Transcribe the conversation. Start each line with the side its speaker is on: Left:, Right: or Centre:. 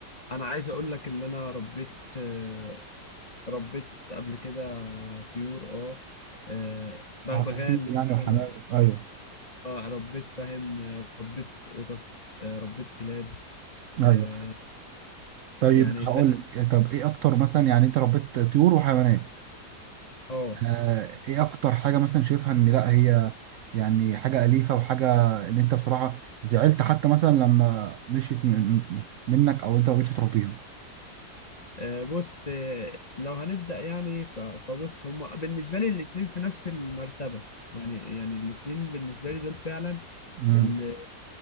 Left: انا عايز اقول لك ان انا ربيت آه، ربيت قبل كده طيور اه آه، بغبغان
Right: عصافير يعني
Left: مثلا
Right: وحمام أيوه
Left: اه ربيت فاهم آه، ربيت قطط آه، ربيت كلاب
Right: أيوه
Left: آه،
Right: طيب
Left: يعني
Right: هقول
Left: فاهم
Right: لك إيه، طب إيه أكتر مثلا يعني أنت ربيت طيور وحيوانات
Left: اه
Right: آه إيه أكتر حاجة مثلا شايفها إن لأ هي يعني حاجة أليفة وحاجة إن أنت بصراحة زعلت حتى مثلا لما مشيت من... من- منك أو أنت ما بقتش تربيها
Left: آه، بص آه، لو هنبدأ يعني ف- فبص هما بالنسبة لي الاتنين في نفس المرتبة يعني يعني الاتنين بالنسبة لي دول فعلا
Right: امم
Left: اللي,